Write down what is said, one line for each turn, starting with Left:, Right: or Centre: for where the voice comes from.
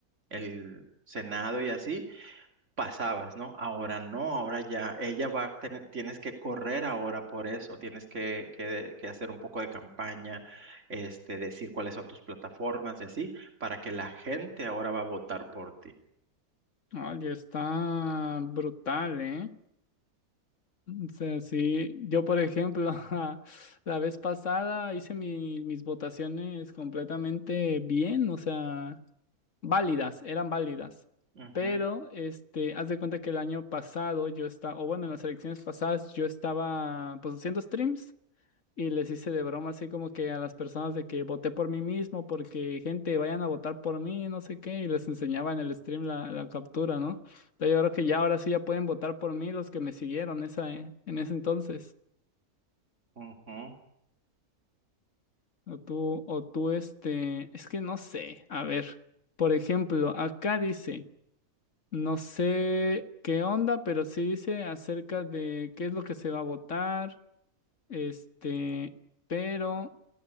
Right: el Senado y así, pasabas, ¿no? Ahora no, ahora ya, ella va a tener, tienes que correr ahora por eso, tienes que, que, que hacer un poco de campaña, este, decir cuáles son tus plataformas y así, para que la gente ahora va a votar por ti.
Left: Oye, está brutal, ¿eh? O sea, sí, yo por ejemplo, <laughs> la vez pasada hice mi- mis votaciones completamente bien, o sea, válidas, eran válidas.
Right: Ujú.
Left: Pero, este, haz de cuenta que el año pasado yo estaba, o bueno, en las elecciones pasadas yo estaba, pues, haciendo streams y les hice de broma así como que a las personas de que voté por mí mismo porque, gente, vayan a votar por mí, no sé qué, y les enseñaba en el stream la, la captura, ¿no? Pero yo creo que ya ahora sí ya pueden votar por mí los que me siguieron esa, eh, en ese entonces.
Right: Ujú,
Left: O tú, o tú, este, es que no sé, a ver, por ejemplo, acá dice... No sé qué onda, pero sí dice acerca de qué es lo que se va a votar, este, pero